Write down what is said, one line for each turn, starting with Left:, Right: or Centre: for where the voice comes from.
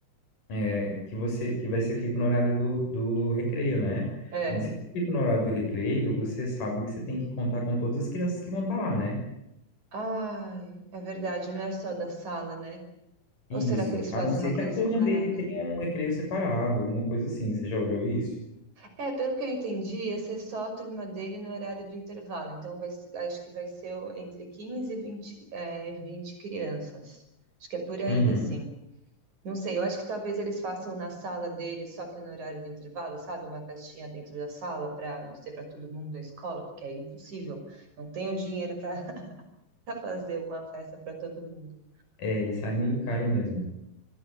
Left: é, que você que vai ser feito no horário do, do recreio, né?
Right: É.
Left: Mas se for feito no horário do recreio, você sabe que você tem que contar com todas as crianças que vão estar lá, né?
Right: Ai, é verdade, não é só da sala, né? Ou
Left: Isso.
Right: será que eles
Left: A
Right: fazem
Left: não ser
Right: uma
Left: que
Right: coisa
Left: a turma
Right: separada?
Left: dele tenha um recreio separado, alguma coisa assim. Você já olhou isso?
Right: É, pelo que eu entendi, ia ser só a turma dele no horário do intervalo. Então, vai, ser- acho que vai ser o- entre 15 e 20 é, 20 crianças. Acho que é por aí,
Left: Uhum.
Right: assim. Não sei, eu acho que talvez eles façam na sala dele, só que no horário do intervalo, sabe? Uma festinha dentro da sala, para não ser para todo mundo da escola, porque é impossível. Não tenho dinheiro para <laughs> fazer uma festa para todo mundo.
Left: É, isso é meio caro mesmo.